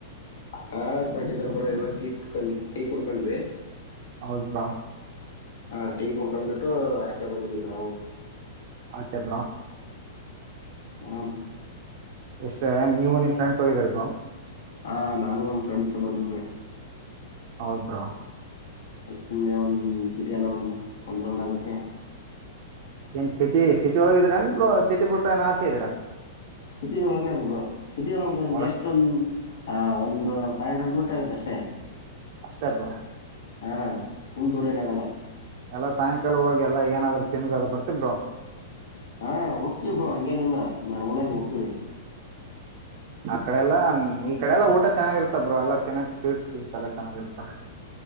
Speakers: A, on the left; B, on the right.
A: ಹಾ ಕೊಟಿದಾರ ಬ್ರೋ ಇವಾಗ ಟೀ ಕುಡ್ಕೊಂಡ್ ಟೀ ಕುಡ್ಕೊಂಡ್ವಿ.
B: ಹೌದ್ ಬ್ರೋ
A: ಹಾ ಟೀ ಕುಡ್ಕೊಂಡ್ಬಿಟ್ಟು ಆಚೆ ಬಂದಿದ್ವಿ ನಾವು.
B: ಆ ಚೆ ಬ್ರೋ
A: ಹ್
B: ಇಷ್ಟೇ ನೀವು ನಿನ್ ಫ್ರೆಂಡ್ಸ್. ಸರ್ಪ
A: ಹಾ ನಾನು ನಮ್ಮ ಫ್ರೆಂಡ್ಸ ಬಂದಿದ್ವಿ.
B: ಹೌದ್ ಬ್ರೋ
A: ಹಾುಮ್ಮೆ ಒಂದ್ ಸಿಟಿ ಎಲ್ಲಾ ಒಂದ್ ಒಂದ್ ರ್ರೌಂಡ್ ಆಗಕ್ಕೆ.
B: ಏನ್ ಸಿಟಿ ಸಿಟಿ ಒಳಗ ಇದೀರನ್ ಬ್ರೋ ಸಿಟಿ ಬಿಟ್ಟ ಏ ಆಚೆ ಇದೀರಾ ಬ್ರೋ
A: ಸಿಟಿಗೆ ಒಳಗಡೆ ಬ್ರೋ ಸಿಟ ನಮ್ಗೊಂದ್
B: ಒಳಗ
A: ಜಸ್ಟ್ ಒಂದ್ ಆ ಒಂದ್ ಫೈವ್ ಹಂಡ್ರೆಡ್ ಮಿಟ್ರ್ ಆಗುತ್ತೆ ಅಷ್ಟೇ.
B: ಅಷ್ಟೇ ಬ್ರೋ
A: ಹ್ಮ <unintelligible> ರನಗಲ್ಲ
B: ಎಲ್ಲ ಸಾಯಂಕಾಲ ಹೋಗಿ ಎಲ್ಲಾ ಏನಾದ್ರರು ತಿಿಂದ ಅದು ಬರ್ತಬರು
A: ಹಾ ಹೋಗ್ತ ಬರು ಹಂಗೇನಿಲ್ಲ ನಾರ್ಮಲ್ ಆಗಿ ಹೋಗ್ತಿವಿ
B: ಆ ಕಡೆ ಎಲ್ಲಾ ಈ ಕಡೆಲ್ಲಾ ಊಟ ಚೆನ್ನಾಗಿರ್ತ ಬ್ರೋ ಎಲ್ಲ ತಿನ್ನ ಸ್ವೀಟ್ಸ್ ಸ ಚೆನ್ನಾಗಿರ್ತ್ತ